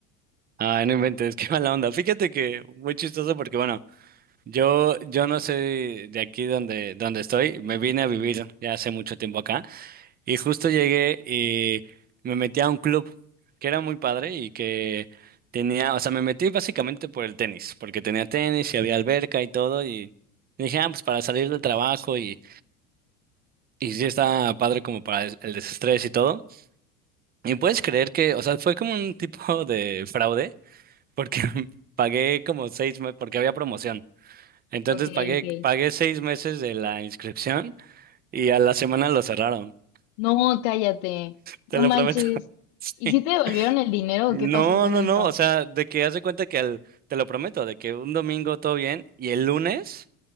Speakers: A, on the right (about 20°); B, on the left (about 60°).
A: Ay, no inventes, <laughs> qué mala onda. Fíjate que muy chistoso porque, bueno, yo, yo no soy de aquí donde, donde estoy. Me vine a vivir ya hace mucho tiempo acá. Y justo llegué y me metí a un club que era muy padre y que tenía, o sea, me metí básicamente por el tenis, porque tenía tenis y había alberca y todo y dije, ah, pues para salir del trabajo y, y sí está padre como para el el desestrés y todo. Y puedes creer que, o sea, fue como un <laughs> tipo de fraude, porque <laughs> pagué como seis meses, porque había promoción. Entonces
B: Ok,
A: pagué,
B: ok.
A: pagué seis meses de la inscripción y a la semana lo cerraron,
B: No, cállate. No
A: te lo
B: manches.
A: prometo. <laughs>
B: ¿Y si te devolvieron el dinero
A: No,
B: o qué pasó con
A: no,
B: eso?
A: no, o sea, de que haz de cuenta que al, te lo prometo, de que un domingo todo bien y el lunes,